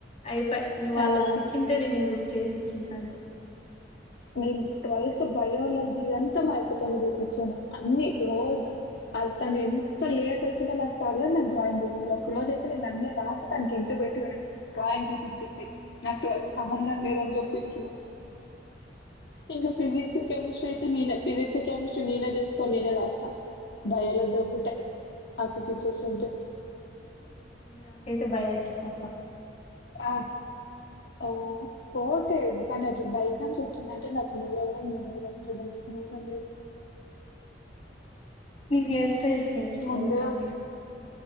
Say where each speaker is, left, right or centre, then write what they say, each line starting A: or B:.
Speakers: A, on the left (about 40°); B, on the left (about 65°).
A: అయిపయ్ ఇంగ్ వాల్లోకటి
B: ఆ! ఇల్లు రాజు
A: ఇచ్చిన్. తే నేను బుక్ చేసి ఇచ్చిన్టాంటి.
B: నేను ట్వెల్త్ బయాలజీ అంతా మా అక్క తోనే చేపించాను. అన్ని రోజు. అది తను ఎంత లేట్ ఒచ్చినా నాకు పర్లేదు నాకు డ్రాయింగ్ చేసియాలి ఒక రోజ అయితే నేను అన్ని రాసి తనకి ఇంటి బెట్టుకుని. డ్రాయింగ్ చేసి ఇచ్చేసేయ్ నాకు ఎటువంటి సంబంధం లేదని జెప్పిచ్చిన. ఇంకా ఫిజిక్స్ కెమిస్ట్రీ అయితే నేనే ఫిజిక్స్ కెమిస్ట్రీ నేనే జేసుకోని నేనే రాస్తా. బయాలజీ ఒకటే అక్కకిచ్చేసుంటి.
A: ఉమ్ నాకైతే భలే ఇష్టమబ్బా.
B: ఆహ్ ఓహో ఓకే కానీ అట్లా డైగ్రామ్స్ ఒచ్చిందంటే నాకు నువ్వెవరో నేను ఎవరో అంతే దానికి సంబంధం లేదు.
A: నేను హేర్ స్టైల్స్ నేర్చుకోవాలి
B: ముందే
A: కావ్య.